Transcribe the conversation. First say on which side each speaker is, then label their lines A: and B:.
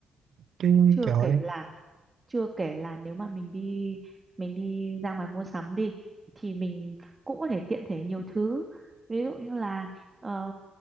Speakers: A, on the right; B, on the right.
A: chứ
B: chưa
A: trời ơi,
B: kể là chưa kể là nếu mà mình đi mình đi ra ngoài mua sắm đi thì mình cũng có thể tiện thể nhiều thứ ví dụ như là ờ,